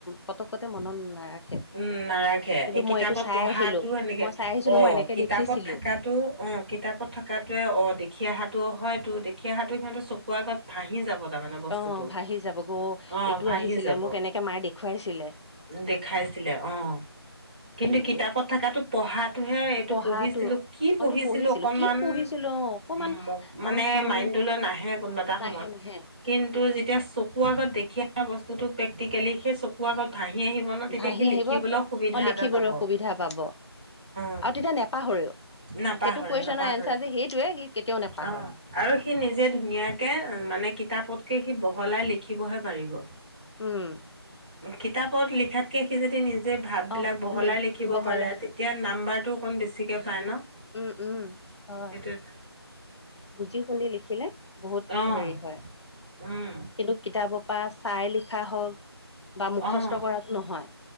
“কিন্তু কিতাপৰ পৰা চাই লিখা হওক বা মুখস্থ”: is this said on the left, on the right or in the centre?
Left